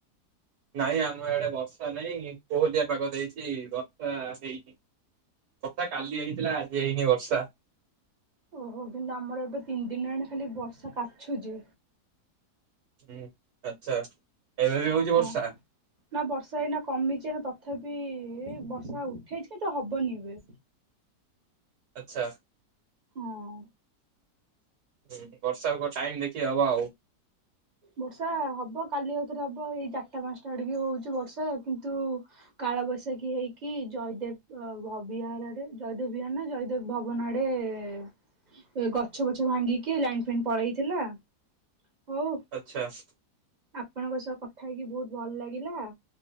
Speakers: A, on the right; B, on the right.
A: ନାଇଁ ଆମ ଆଡେ ବର୍ଷା ନାଇଁ। କୋହଲିଆ ପାଗ ଦେଇଛି ବର୍ଷା ହେଇନି। ବର୍ଷା କାଲି ହେଇଥିଲା ଆଜି ହେଇନି। ଆଚଛା।
B: ଓହୋ କିନ୍ତୁ ଆମର ଏବେ ତିନି ଦିନଣି। ଖାଲି ବର୍ଷା କାଛୁଚି।
A: ହୁଁ ଆଚ୍ଛା। ଏବେ ବି ହଉଛି
B: ହଁ
A: ବର୍ଷା।
B: ନା ବର୍ଷା ଏଇନା କମିଛି। ନା ତଥାପି ବର୍ଷା ଉଠେଇଛି କିନ୍ତୁ ହବନି ଏବେ।
A: ଆଚ୍ଛା।
B: ହଁ।
A: ହୁଁ ବର୍ଷାକୁ କ ଟାଇମ୍ ଦେଖି ହବା ଆଉ।
B: ବର୍ଷା ହବ କାଲି ଆଉଥରେ ହବ ଏଇ ଚାରିଟା ପାଞ୍ଚଟା ଆଡିକ ହଉଛି ବର୍ଷା। କିନ୍ତୁ କାଳ ବୈଷାଖୀ ହେଇକି ଜୟଦେବ ଭ ବିହାରରେ ଜୟଦେବ ବିହାରହାର ନା ଜୟଦେବ ଭବନ ଆଡେ ଗଛ ବଛ ଭାଙ୍ଗିକି ଲାଇନ୍ ଫାଇନ୍ ପଳେଇଥିଲା। ହଉ
A: ଆଚ୍ଛା।
B: ଆପଣଙ୍କ ସହ କଥା ହେଇକି ବହୁତ ଭଲ ଲାଗିଲା।